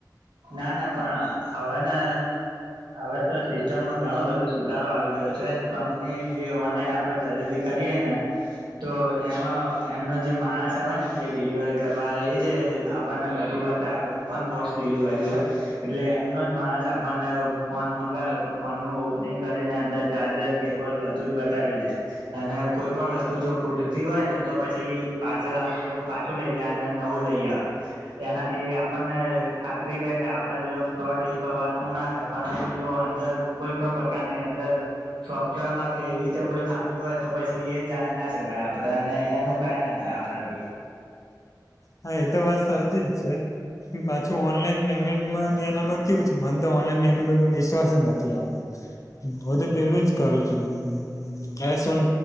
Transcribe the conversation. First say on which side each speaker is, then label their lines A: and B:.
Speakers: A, on the right (about 85°); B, on the left (about 45°).
A: ના ના પણ હવેને હવે તો સિસ્ટમમાં ઘણો બધો સુધારો આવી ગયો છે કંપની જે ઓનલાઈન આપડણે ખરીદી કરીએ ને તો એમાં એમનો જે માણસ આવે ને જે ડિલિવરી કરવા એ જે આપણને બધું બતાવે ઓપન બોક્સ ડિલિવરી હોય એટલે એમનો જ માણસ આપણને ફોન મંગાવે તો ફોનનું ઓપનિંગ કરીને અંદર ચાર્જર કેબલ બધું જ બતાવી દે અને કોઈ પણ વસ્તુ જો ખૂટતી હોય ને તો પછી પાર્સલ આખું એમનું પાછું લઈ જાય અને નવું લઈ આવે એનાથી આપણને ખાતરી રહેે કે આપડા જો ફ્રોડ એ વાત ન ના થાય પરંતુ જો અંદર કોઈ પણ પ્રકારની અંદર સોફ્ટવેરમાં કે એવી રીતે કોઈ ખામી હોય તો પછી એ જ જાણી ના શકાય આપણે અને એનું કઈ ના થાય આપણાથી
B: હા એ તો વાત સાચી જ છે પાછું ઓનલાઈન પેમેન્ટમાંને એનામાં કેવું છે મને તો ઓનલાઈન પેમેન્ટ ઉપર વિશ્વાસ જ નથી આવતો હું તો પેલું જ કરું છું કેશ ઓન